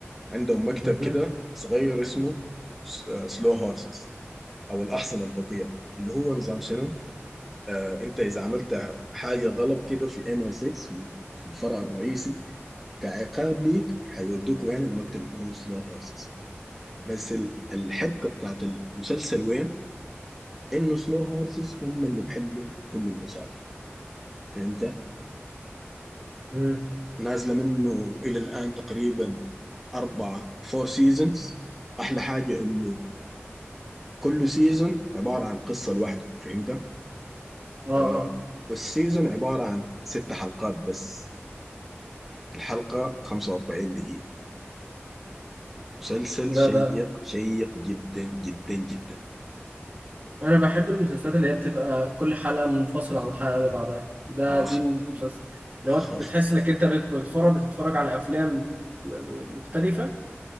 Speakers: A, in the centre; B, on the right.
A: عندهم مكتب
B: مهم.
A: كده صغير اسمه سلو هورسز او الاحصنة البطيئة اللي هو نظام شنو آه، انت اذا عملت حاجه غلط كده في ام اي 6 في ال- في الفرع الرئيسي كعقاب ليك هيودوكوا يعني المكتب اللي هو سلو هورسز بس ال- الحبكه بتاعت المسلسل وين انه سلو هورسز هم اللي بيحلوا كل المشاكل فهمت
B: مهم.
A: نازله منه الى الان تقريبا اربعه فور سيزونز احلى حاجه انه كل سيزون عباره عن قصه لوحده فهمت
B: اه
A: آه
B: اه
A: والسيزون عباره عن ست حلقات بس الحلقة 45 دقيقة مسلسل
B: ده
A: شيق
B: ده
A: شيق جدا جدا جدا
B: انا بحب المسلسلات اللي هي بتبقى كل حلقه منفصله عن الحلقه اللي بعدها ده
A: اخ
B: دي مسلسل اللي هو
A: خف
B: بتحس انك انت بتتفرج بتتفرج على افلام م- م- مختلفه